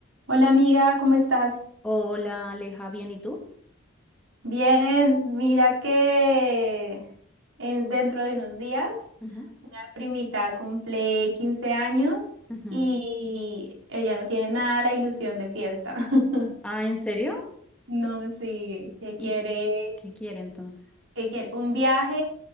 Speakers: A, on the right; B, in the centre.
A: Hola amiga, ¿cómo estás?
B: Hola, Aleja, ¿bien y tú?
A: Bien, mira que en- dentro de unos días
B: Ujú,
A: una primita cumple 15 años
B: ujú.
A: y ella no tiene nada la ilusión de fiesta. <laughs>
B: Ah, ¿en serio?
A: No, sí, que
B: ¿Y
A: quiere,
B: qué quiere entonces?
A: que quiere un viaje